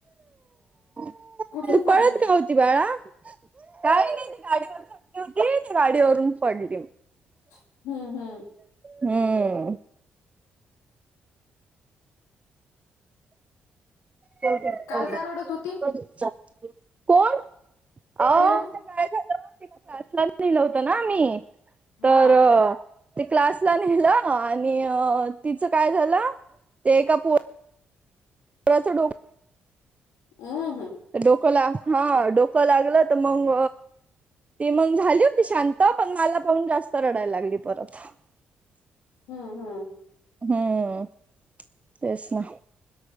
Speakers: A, on the right (about 30°); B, on the left (about 80°).
A: <unintelligible>
B: कुठून
A: तू
B: पडली
A: पळत का होती बाळा काय नाही ते गाडीवरन ती न गाडीवरून पडली
B: हम्म हम्म
A: हम्म चल <unintelligible>
B: काल का रडत होती
A: कोण? अ
B: पिऊ
A: ते काय झालं <unintelligible> लिहिलं होत ना मी तर
B: हा
A: ते क्लासला नेलं आणि तिचं काय झालं ते एका पो <unintelligible> डोक
B: हम्म हम्म.
A: डोकं ला हा डोकं लागलं तर मग ती मग झाली होती शांत पण मला पाहून जास्त रडायला लागली परत <inaudible>
B: हम्म हम्म.
A: हम्म तेच ना